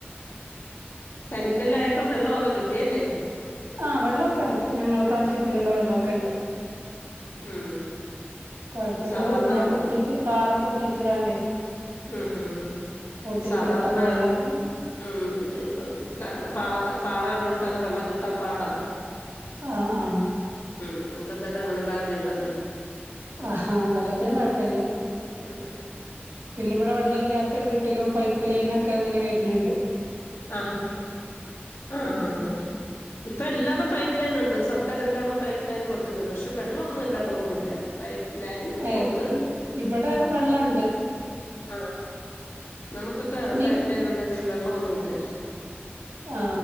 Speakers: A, on the left; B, on the right.
A: കരിങ്കല്ല് ആയിട്ടും വെള്ളവൊക്കെ കിട്ടിയല്ലേ.
B: ആ വെള്ളക്കെണ്ട് ഞങ്ങൾക്ക് ആവശ്യത്തിനുള്ള വെള്ളക്കെണ്ട്
A: ഉം
B: കൊഴപ്പില്ല
A: സാധാരണ
B: ഇങ്ങനെ പൊട്ടിച്ച് പാറ പൊട്ടിച്ച്ങ്ങാണ്ട്
A: ഉം ഹും ഹും
B: പൊട്ടിച്ചെടുത്തപ്പോ
A: സാധാർണ
B: വെള്ളൊക്കെ
A: ഉം ഇപ്പ ക പാറക പാറയുള്ളടുത്തൊക്കെ വെള്ളം കിട്ടാൻ പാടാ
B: ആഹ് ആഹ്
A: ഉം നിങ്ങക്ക് എന്തായാലും അങ്ങനെ ഭാഗ്യയുണ്ടല്ലേ
B: അഹാ വെള്ളത്തിന് കുഴപ്പില്ല്യ
A: ഉം
B: പിന്നെ ഇവിടെ വെള്ളല്ല്യാ ത്തെ വീട്ടിലും പൈപ്പ് ലൈനൊക്കെ അങ്ങനെ വരുന്നുണ്ട്
A: ആഹ് ആഹ് ആഹ് ആഹ് ഇപ്പൊ എല്ലായിടും പൈപ്പ് ലൈൻ ഉണ്ട് സർക്കാർ എല്ലാടവും പൈപ്പ് ലൈൻ കൊടുത്തിട്ടുണ്ട്. പക്ഷെ വെള്ളം ഒന്നും എല്ലായിടും ഒന്നും ഇല്ല പൈപ്പ് ലൈൻ
B: ഏ
A: കൊണ്ട്
B: ഇബ്ടെ വെള്ളംണ്ട്
A: ആ നമുക്കൊക്കെ
B: ഇനി
A: പൈപ്പ് ലൈൻ ഉണ്ടെങ്കിലും വെള്ളം ഒന്നുമില്ല
B: ആ